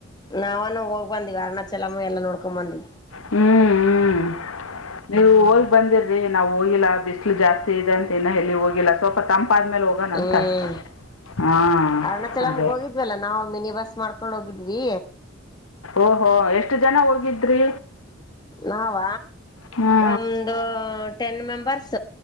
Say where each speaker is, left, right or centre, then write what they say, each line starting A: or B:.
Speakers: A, on the left; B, on the left.
A: ನಾವನು ಹೋಗ್ ಬಂದ್ವಿ ಅರ್ಣಾಚಲಮ್ಮ ಎಲ್ಲ ನೋಡ್ಕೊ ಬಂದ್ವಿ.
B: ಹ್ಮ್ ಹ್ಮ್ ನೀವು ಹೋಗಿ ಬಂದಿರ ನಾ ಹೋಗಿಲ್ಲ ಬಿಸ್ಲು ಜಾಸ್ತಿ ಇದೆ ಅಂತ ಇನ್ ಎಲ್ಲಿ ಹೋಗಿಲ್ಲ. ಸ್ವಲ್ಪ ತಂಪಾದ್ಮೇಲೆ ಹೋಗಣಂತ
A: ಹ್ಮ್
B: ಹಾ
A: ಅರುಣಾಚಲಮ್ಗೆ
B: ಅದೇ.
A: ಹೋಗಿದ್ವಲ್ಲ ನಾವು ಮಿನಿ ಬಸ್ ಮಾಡ್ಕೊಂಡ್ ಹೋಗಿದ್ವಿ.
B: ಓಹೋ ಎಷ್ಟು ಜನ ಹೋಗಿದ್ರಿ
A: ನಾವ
B: ಹ್ಞೂ
A: ಒಂದು ಟೆನ್ ಮೆಂಬರ್ಸ್